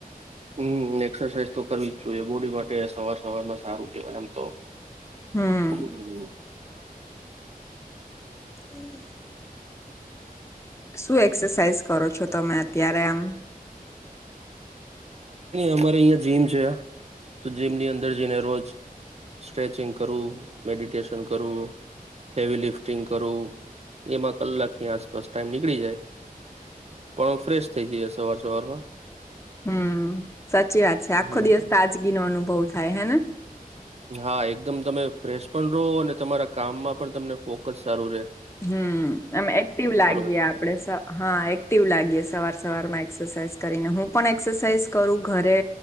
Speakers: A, on the right (about 45°); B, on the left (about 20°).
A: હમ્મ, એક્સરસાઇઝ તો કરવી જ જોઈએ, બોડી માટે સવાર સવારમાં સારું. કેયમ તો
B: હમ
A: હ.
B: હમ્મ. શું એક્સરસાાઈઝ કરો છો, તમે અત્યારે આમ?
A: અમારે અહીં જીમ છે તો જીમની અંદર જઈને રોજ સ્ટ્રેચિંગ કરવું મેડિટેશન કરું હેવી લિફ્ટિંગ કરું એમાં કલાકની આસપાસ ટાઈમ નીકળી જાય પણ ફ્રેશ થઈ જઈએ સવાર સવારમાં.
B: હમ્મ, સાચી વાત છે, આખો
A: હમ
B: દિવસ તાજગીનો અનુભ બહુ થાય હેને
A: હા એકદમ તમે ફ્રેશ પણ રહો અને તમારા કામમાં પણ તમને ફોકસ સારું રહેે.
B: હમમ એક્ટિવ લાગીએ
A: એટલે
B: આપડે હા એક્ટિવ લાગીએે સવાર સવારમાં એક્સસાઈઝ હું પણ એક્સરસાાઈઝ કરું ઘરે